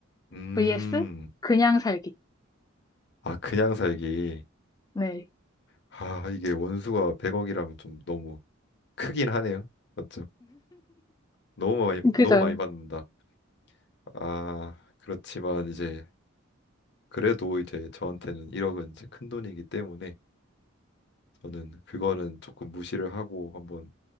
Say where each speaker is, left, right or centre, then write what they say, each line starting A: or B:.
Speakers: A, on the left; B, on the left.
A: 음,
B: vs 그냥 살기.
A: 아 그냥 살기
B: 네,
A: 아 이게 원수가 100억이라면 좀 너무 크긴 하네요. 맞죠? 너무 많이 너무
B: 그죠.
A: 많이 받는다. 아, 그렇지만 이제 그래도 이제 저한테는 1억은 이제 큰 돈이기 때문에 저는 그거는 조금 무시를 하고 한번